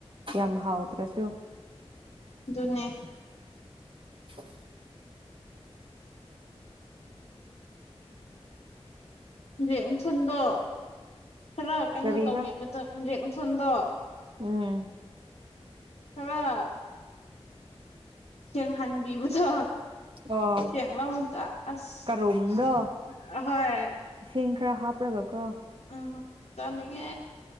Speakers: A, on the right (about 55°); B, on the left (about 75°).
A: ꯌꯥꯝ ꯍꯥꯎꯇ꯭ꯔꯁꯨ
B: ꯅꯦ
A: <inaudible>
B: ꯦꯛ ꯅꯨꯡꯊꯜꯗꯣ ꯈꯔ ꯀꯩꯅꯣ
A: ꯀꯔꯤꯕ
B: ꯇꯧꯕꯤꯕꯗꯗꯦꯛ ꯁꯗ
A: ꯎꯝ
B: ꯈꯔ ꯌꯦꯡ ꯍꯟꯕꯤꯕꯗꯣ
A: ꯑꯣ
B: ꯁꯦꯡꯉꯂ ꯍꯇ ꯑꯁ
A: ꯀꯔꯨꯝꯗꯣ
B: ꯍꯣꯏ
A: ꯏꯁꯤꯡ ꯈꯔ ꯍꯥꯞꯄ꯭ꯔꯒꯀꯣ
B: ꯎꯝ ꯆꯅꯤꯡꯉꯦ